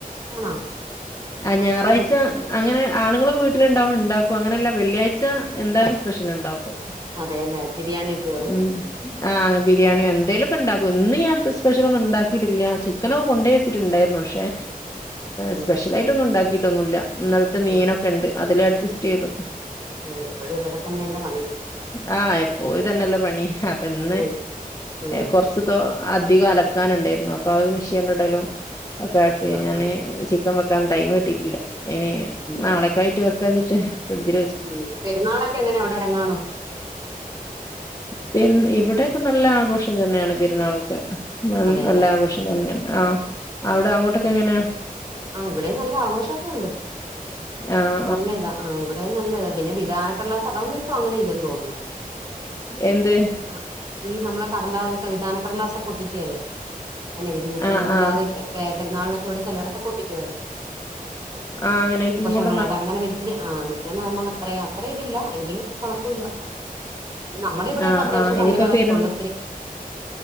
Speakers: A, on the right (about 30°); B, on the left (about 25°).
A: ആണോ
B: ആഹ് ഞായറാഴ്ച
A: എന്നാ ചി
B: അങ്ങനെ ആണുങ്ങളൊക്കെ വീട്ടില് ഉണ്ടാകുമ്പോ ഇണ്ടാക്കും, അങ്ങനെയല്ല വെള്ളിയാഴ്ച എന്തായാലും സ്പെഷ്യൽ ഉണ്ടാക്കും.
A: അതെ അല്ലെ, ബിരിയാണി വെക്കുവോ അതോ
B: ഉം ആഹ് ബിരിയാണിയോ എന്തേലും ഇണ്ടാക്കും ഇന്ന് ഞാൻ സ്പെഷ്യൽ ഒന്നും ഉണ്ടാക്കിയിട്ടില്ല ചിക്കനൊക്ക കൊണ്ടേ വെച്ചിട്ടുണ്ടായിരുന്നു പക്ഷെ
A: അതോ
B: സ്പെഷ്യൽ ആയിട്ട് ഒന്നും ഉണ്ടാക്കിയിട്ടൊന്നുല്ല ഇന്നലത്തെ മീനൊക്കെ
A: ആഹ് ആഹ്
B: ഉണ്ട് അതില് അഡ്ജസ്റ്റ് ചെയ്തു
A: ആഹ് ഇപ്പോഴും ഇതൊകെ തന്നെയല്ലെ പണി
B: ആഹ് എപ്പോയും ഇതന്നെല്ലെ പണി അപ്പൊ ഇന്ന്
A: ജോലി ആഹ്
B: കുറച്ച തൊ അധികം അലക്കാൻ ഉണ്ടായിരുന്നു അപ്പൊത് മെഷീനിൽ ഇടലും ഴപ്പ
A: ആഹ്
B: ഞാന്
A: ആഹ്
B: ചീക്കൻ വെക്കാൻ ടൈം കിട്ടിട്ടില്ല ഇനി
A: ഉം
B: നാളെ കായിട്ട് വെക്കാച്ച്ട്ട് ഫ്രീഡ്ജി
A: ഉം പെരുന്നാളൊക്കെ എങ്ങനെ അവിടെ ഇറങ്ങാണോ?
B: പെര് ഇവിടെക്കെ നല്ല ആഘോഷം തന്നെയാണ് പെരുന്നാളൊക്കെ ന
A: അതെല്ലേ
B: നല്ല ആഘോഷം തന്നെയാണ് ആഹ് അവിടെ അങ്ങോട്ടൊക്കെ എങ്ങനെയാ?
A: ആഹ് ഇവിടെയും നല്ല ആഘോഷക്കെ ഉണ്ട്
B: ആഹ്
A: നല്ല ഇതാ ആഹ് ഇവിടെയും നല്ല ഇതാ പിന്നെ വിധാനക്കട്ലാസ് അത് ഒന്നും ഇപ്പ അങ്ങനെ ഇല്ലന്ന് തോന്നുന്നു
B: എന്ത്
A: ആഹ് ഈ നമ്മള് കടലാസ്ഒക്കെ വിധാനക്കടലാസൊക്കെ ഒട്ടിക്കല്ലെ? ആഹ് നബിദിനത്തിനും
B: ആഹ്
A: അല്ലാതെ
B: ആഹ്
A: ഈ പെരുന്നാളിനൊക്കെ ഇവിടെ ചിലയിടത്ത് ഒകെ ഒട്ടിക്കുവായിരുന്നു
B: ആഹ് അങ്ങനെ ഇപ്പ ഇങ്ങോട്
A: ങ്ങളെ അങ്ങനെ വലിയ ആഹ് അങ്ങനെ നമ്മക്ക് അത്ര അത്ര ഇതില്ല എങ്കിലും കൊഴപ്പില്ല നമ്മൾ ഇവിടെക്കെ
B: ആഹ്
A: അത്യാവശ്യ
B: ആഹ് ഇനിയിപ്പോ
A: പള്ളികളൊക്കെ
B: പെരു
A: കൊണ്ടത്തിരി